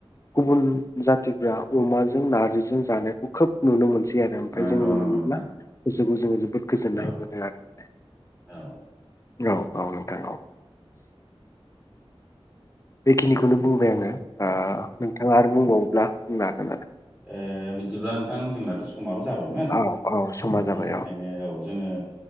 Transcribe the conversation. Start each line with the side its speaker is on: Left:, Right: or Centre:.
Left: गुबुन जा अ जों नारजिजों जानायखौ खोब नुनो मोनसै आरो ओमफ्राय
Centre: नंगौ
Left: जों
Centre: नंगौ
Left: नुयोब्ला
Centre: नोंथां
Left: जो। खौ जोङो जोबोद गोजोननाय
Centre: औ
Left: मोनो आरो माने
Centre: औ
Left: औ- औ -नोंथां औ। <inaudible> बेखिनिखौनो बुंबाय आङो ओ नोंथाङा आरो बुंबावोब्ला बुंनो हागोन आरो?
Centre: ओ बिदिबा नोंथां जोंनाथ' समाबो जाबायमोन
Left: आरो औ औ समा जाबाय
Centre: बेनिखायनो औ। जोङो